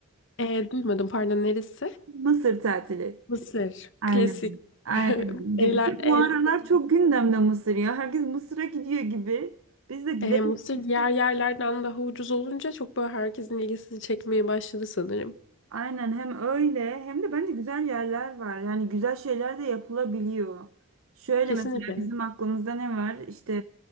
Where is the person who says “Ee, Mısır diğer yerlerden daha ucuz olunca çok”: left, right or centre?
Left